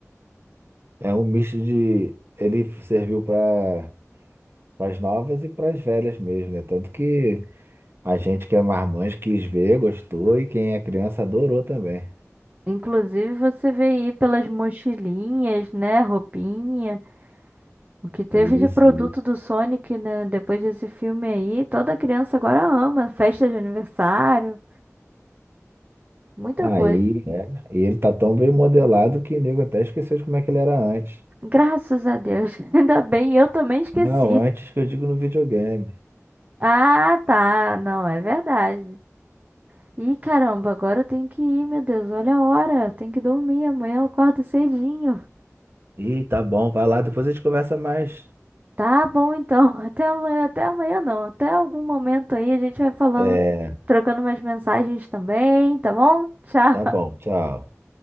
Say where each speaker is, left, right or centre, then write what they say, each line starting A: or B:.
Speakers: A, on the right; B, on the right.
A: É um misto de. Ele serviu para as novas e para as velhas mesmo, né? Tanto que a gente que é marmanjo quis ver, gostou, e quem é criança adorou também.
B: Inclusive, você vê aí pelas mochilinhas, né? Roupinha. O que teve
A: Isso,
B: de produto do Sonic, né? Depois desse filme aí, toda criança agora ama. Festa de aniversário, muita
A: Aí,
B: coisa.
A: é, e ele tá tão bem modelado que o nego até esqueceu de como é que ele era antes.
B: Graças a Deus. <laughs> Ainda bem, eu também esqueci.
A: Não, antes que eu digo no videogame.
B: Ah, tá. Não, é verdade. Ih, caramba, agora eu tenho que ir, meu Deus. Olha a hora. Eu tenho que dormir. Amanhã eu acordo cedinho.
A: Ih, tá bom, vai lá, depois a gente conversa mais.
B: Tá bom, então. <laughs> Até amanhã. Até amanhã, não. Até algum momento aí a gente vai falando,
A: É,
B: trocando umas mensagens também, tá bom? Tchau.
A: tá bom, tchau.